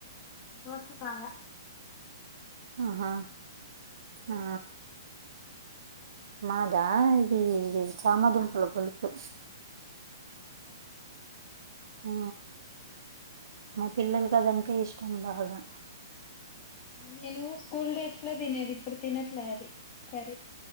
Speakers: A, on the left; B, on the right.
A: దోసకాయ.
B: ఆహా.
A: మీరు.
B: ఆ మాదా ఇది చామదుంపల పులుసు. ఆ మా పిల్లలకి అదంటే ఇష్టం బాగా.
A: నేను స్కూల్ డేస్ లో తినేది ఇప్పుడు తినట్లే అది కర్రీ.